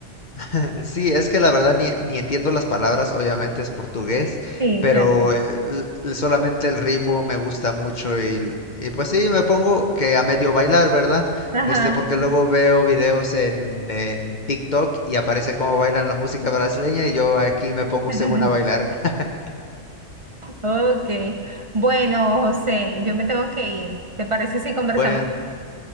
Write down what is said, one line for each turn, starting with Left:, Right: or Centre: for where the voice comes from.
Left: <laughs> sí, es que la verdad ni, ni entiendo las palabras, obviamente es portugués,
Right: Sí,
Left: pero
Right: claro.
Left: eh, l- l- solamente el ritmo me gusta mucho y, l- y pues sí, me pongo que a medio bailar, ¿verdad?
Right: Ajá.
Left: Este, porque luego veo videos en, en TikTok y aparece cómo bailan la música brasileña y yo aquí me
Right: <laughs>
Left: pongo según a bailar. <laughs>
Right: Ok. Bueno, José, yo me tengo que ir. ¿Te parece si conversamos?
Left: Bueno,